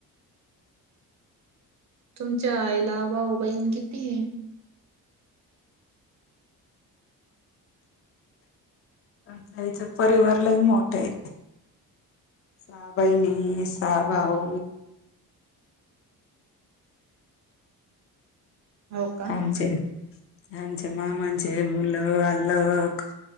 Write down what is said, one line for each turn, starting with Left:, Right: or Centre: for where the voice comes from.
Right: तुमच्या आईला भाऊ बहीण किती आहे.
Left: पण त्याच्या परिवारलाही मोठं आहे. साहाबा नाही साहाबा हो.
Right: हो का
Left: आमचे आमचे मामांचे मुलं आलक